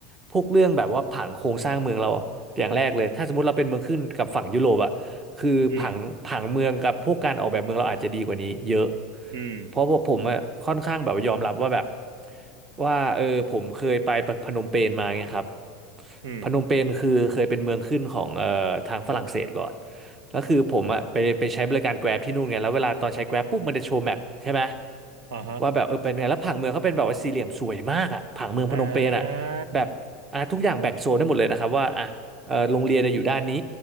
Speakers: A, on the right; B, on the right.
A: พวกเรื่องแบบว่าผังโครงสร้างเมืองเราอย่างแรกเลยถ้าสมมติเราเป็นเมืองขึ้นกับฝั่งยุโรปอะคือผังผังเมืองกับพวกการออกแบบเมืองเราอาจจะดีกว่านี้เยอะ
B: อืม อืม
A: เพราะว่าผมอะค่อนข้างแบบยอมรับว่าแบบว่าเออผมเคยไปพนมเปญมาไงครับ
B: อืม
A: พนมเปญคือเคยเป็นเมืองขึ้นของเอ่อทางฝรั่งเศสก่อนแล้วคือผมอะไปไปใช้บริการ Grab ที่นู่นไงแล้วเวลาตอนใช้ Grab ปุ๊บมันจะโชว์แมปใช่ไหม
B: อ่าฮะ
A: ว่าแบบเออเป็นไงแล้วผังเมืองเขาเป็นแบบว่าสี่เหลี่ยมสวยมากอะผังเมืองพนมเปญอะ
B: อ่า
A: แบบอ่ะทุกอย่างแบ่งโซนได้หมดเลยนะครับว่าอ่ะเออโรงเรียนอะอยู่ด้านนี้